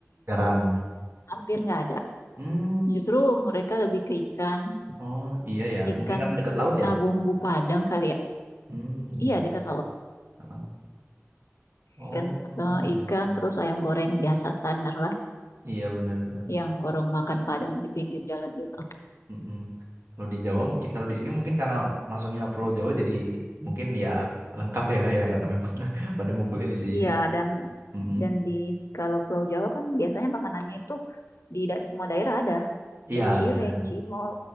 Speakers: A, on the right; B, on the left.
A: Jarang.
B: hampir nggak ada.
A: Hmm.
B: Justru mereka lebih ke ikan,
A: Oh, iya ya.
B: ikan
A: Mungkin karena dekat
B: tuna
A: laut ya.
B: bumbu Padang kali ya.
A: Hmm, iya.
B: Iya dekat laut.
A: Heeh. Oh,
B: Ikan,
A: oh,
B: eh,
A: iya.
B: ikan terus ayam goreng biasa standar lah,
A: Iya benar-benar.
B: yang orang makan Padang di pinggir jalan gitu.
A: Mm-mm. Kalau di Jawa mungkin kalau di sini mungkin karena masuknya Pulau Jawa jadi mungkin ya lengkap ya kayak karena memang <laughs> pada ngumpulin di sini.
B: Iya dan
A: Mm-mm.
B: dan di kalau Pulau Jawa kan biasanya makanannya itu di da- semua daerah ada
A: Iya
B: kayak cireng,
A: benar
B: cimol,